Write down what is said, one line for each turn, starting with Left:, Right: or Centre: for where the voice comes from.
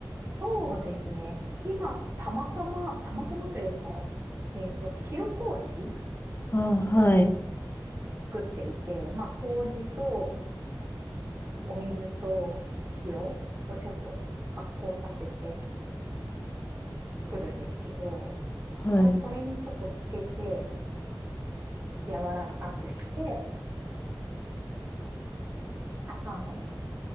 Right: そうですね。今、たまたま、たまたまというか、えっと、塩麹
Left: ああ、はい。
Right: 作っていて、まあ、麹とお水と塩をちょっと発酵させて作るんですけど、
Left: はい。
Right: まあ、それにちょっとつけて、柔らかくして、あの、